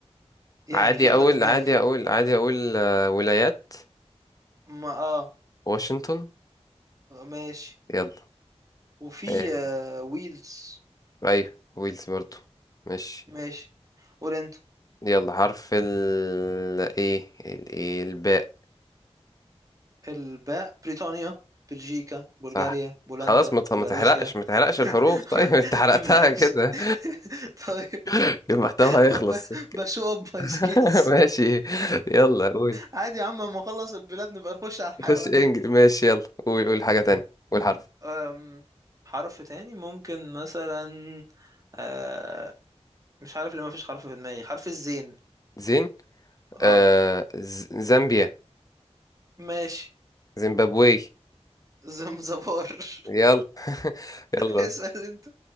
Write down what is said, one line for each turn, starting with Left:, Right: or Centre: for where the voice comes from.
Right: يعني
Left: عادي
Right: في واحدة
Left: اقول
Right: في دماغي
Left: عادي اقول عادي اقول آه، ولايات
Right: ما اه
Left: واشنطن
Right: ماشي
Left: يلا
Right: وفي
Left: آه،
Right: ويلز
Left: ايوه ويلز برضو ماشي
Right: ماشي قول انت
Left: يلا حرف ال ايه ال... إيه؟ الباء
Right: الباء بريطانيا بلجيكا بلغاريا
Left: صح
Right: بولندا
Left: خلاص ما ت- ما
Right: بيلاروسيا
Left: تحرقش ما تحرقش
Right: <laughs>
Left: الحروف طيب
Right: م-
Left: <laughs> انت حرقتها
Right: ماشي
Left: كده
Right: <laughs> طيب
Left: <laughs> المحتوى هيخلص
Right: ب- بشو اب ماي
Left: <laughs>
Right: سكيلز
Left: ماشي يلا قول
Right: عادي يا عم اما اخلص البلاد نبقى نخش على الحيوانات
Left: خش انجلش ماشي يلا قول قول حاجة تانية قول حرف
Right: أم، حرف تاني ممكن مثلا آه، مش عارف ليه ما فيش حرف في دماغي حرف الزين
Left: زين
Right: اه
Left: آه ز... زامبيا
Right: ماشي
Left: زيمبابوي
Right: زمزبار <laughs>
Left: يلا <laughs> يلا
Right: اسأل انت